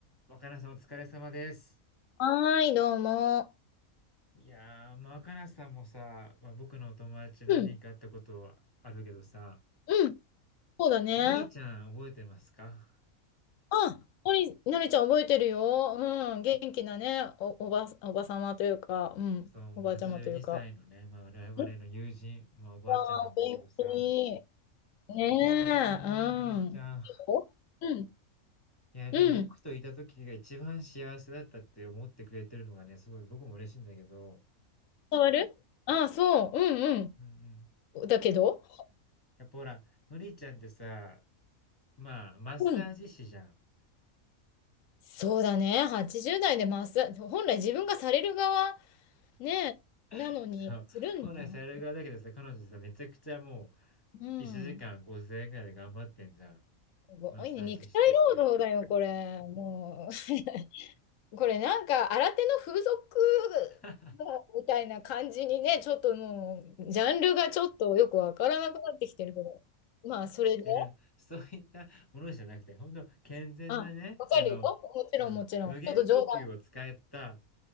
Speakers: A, on the left; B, on the left.
A: 若菜さんお疲れ様です。
B: はーい、どうも。
A: いやー、まあ、若菜さんもさ、まあ、僕のお友達何人か会ったことはあるけどさ、
B: うん、うん、そうだね。
A: のりちゃん覚えてますか
B: あ、のり、のりちゃん覚えてるよ。うん、元気なね、お、おば、おばさまというか、うん、
A: そう、
B: おばあちゃまというか。
A: まあ82歳のね、まあ、我々の友人、
B: うん
A: まあ、おばあちゃんなんだけどさ、
B: わあ、元気。ねえ、
A: もうね、
B: うん。
A: のりちゃん。
B: いいようん、
A: いや、
B: うん。
A: でも僕といた時が一番幸せだったって思ってくれてるのがね、すごい僕も嬉しいんだけど、
B: 伝わるあ、そう、うん、
A: うんうん。
B: うん。だけど、
A: やっぱほら、のりちゃんってさ、まあ、マッサージ師じゃん。
B: うん。そうだね、80代でマッサージ、本来自分がされる側、ねえ、なのに、
A: <laughs> そう、
B: するんだよ。
A: 本来される側だけどさ、彼女さ、めちゃくちゃも
B: うん。
A: う、1時間5000円ぐらいで頑張ってんじゃん。
B: すごいね。
A: マッサージ師として。
B: 肉体労働だよ、これ。もう。<laughs> これなんか、新手の風俗
A: <laughs>
B: みたいな感じにね、ちょっともう、ジャンルがちょっとよくわからなくなってきてるけど。まあ、それで、
A: え、でも、そういったものじゃなくて、本当健全なね、
B: あ、わかるよ。
A: あの、
B: もちろん、
A: うん、
B: もちろん。
A: 無限呼吸を使った、
B: ちょっと冗談。